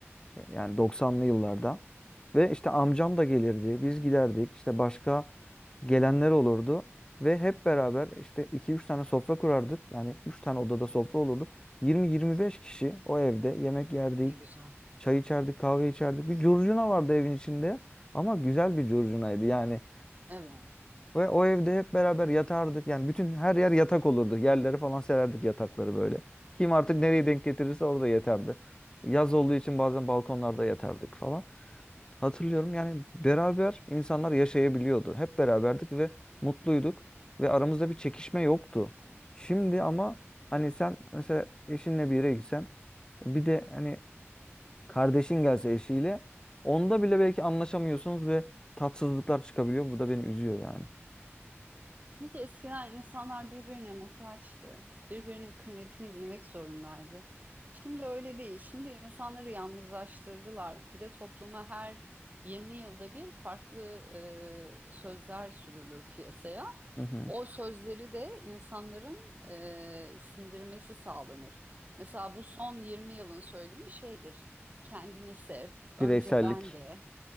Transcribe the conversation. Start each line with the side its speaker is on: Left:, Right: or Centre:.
Left: Yani 90'lı yıllarda. Ve işte amcam da gelirdi. Biz giderdik. İşte başka gelenler olurdu. Ve hep beraber işte iki üç tane sofra kurardık. Yani 3 tane odada sofra olurdu. 20-25 kişi o evde yemek yerdik.
Right: Ne güzel.
Left: Çay içerdik, kahve içerdik. Bir curcuna vardı evin içinde. Ama güzel bir curcunaydı yani.
Right: Evet.
Left: Ve o evde hep beraber yatardık. Yani bütün her yer yatak olurdu. Yerlere falan sererdik yatakları böyle. Kim artık nereye denk getirirse orada yatardı. Yaz olduğu için bazen balkonlarda yatardık falan. Hatırlıyorum yani beraber insanlar yaşayabiliyordu. Hep beraberdik ve mutluyduk ve aramızda bir çekişme yoktu. Şimdi ama hani sen mesela eşinle bir yere gitsen bir de hani kardeşin gelse eşiyle onda bile belki anlaşamıyorsunuz ve tatsızlıklar çıkabiliyor. Bu da beni üzüyor yani.
Right: Çünkü eskiden insanlar birbirine muhtaçtı. Birbirinin kıymetini bilmek zorundaydı. Şimdi öyle değil. Şimdi insanları yalnızlaştırdılar. Bir de topluma her 20 yılda bir farklı e, sözler sürülür piyasaya.
Left: Hı hı.
Right: O sözleri de insanların e, sindirmesi sağlanır. Mesela bu son 20 yılın söylemi şeydir. Kendini sev, önce
Left: Bireysellik.
Right: ben de.